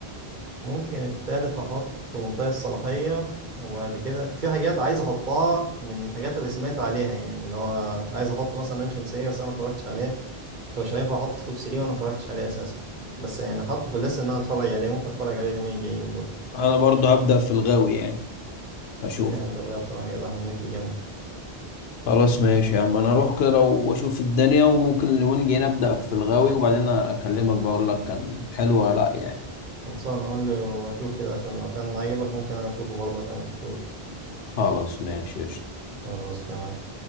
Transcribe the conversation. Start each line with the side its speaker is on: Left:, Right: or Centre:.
Right: ممكن التالت هحط منطقة الصلاحية وبعد كده في حاجات عايز احطها من الحاجات اللي سمعت عليها يعني اللي هو عايز احط مثلا لام شمسية بس انا ما اتفرجتش عليها فمش هينفع احط توب 3 وانا ما اتفرجتش عليه اساسا بس يعني احطه في الليست ان انا اتفرج عليه ممكن اتفرج عليه اليومين الجايين دول
Left: أنا برضه هبدأ في الغاوي يعني أشوف
Right: جامد الغاية بصراحة حاجات أحمد مكي جامد
Left: خلاص ماشي يا عم أنا هروح كده لو أشوف الدنيا وممكن اليومين الجايين أبدأ في الغاوي وبعدين أكلمك بقول لك كان حلو ولا لأ يعني
Right: خلصان أقول لي وأشوف كده عشان لو كان عجبك ممكن أنا أشوفه برضه عشان ما شفتوش
Left: خلاص ماشي قشطة
Right: خلاص تمام